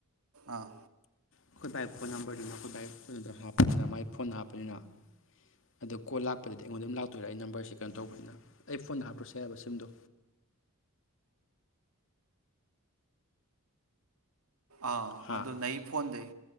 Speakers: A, on the right; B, on the left.
A: ꯑꯥ
B: ꯑꯩꯈꯣꯏ ꯕꯥꯏ ꯐꯣꯟ ꯅꯝꯕꯔꯗꯨꯅ ꯑꯩꯈꯣꯏ ꯕꯥꯏ ꯀꯩꯅꯣꯗ ꯍꯥꯞꯄꯅꯤꯅ ꯃꯥꯏ ꯐꯣꯟ ꯍꯥꯞꯄꯅꯤꯅ ꯑꯗꯣ ꯀꯣꯜ ꯂꯥꯛꯄꯗꯗꯤ ꯑꯩꯉꯣꯟꯗ ꯑꯗꯨꯝ ꯂꯥꯎ ꯇꯣꯏꯔꯦ ꯑꯩ ꯅꯝꯕꯔꯁꯤꯦ ꯀꯩꯅꯣ ꯇꯧꯕꯅꯤꯅ ꯑꯩ ꯐꯣꯟꯗ ꯍꯥꯞꯄꯁꯨ ꯌꯥꯏꯕ ꯁꯤꯝꯗꯣ
A: ꯑꯥ
B: ꯍꯥ
A: ꯑꯗꯨ ꯅ ꯐꯣꯟꯗꯩ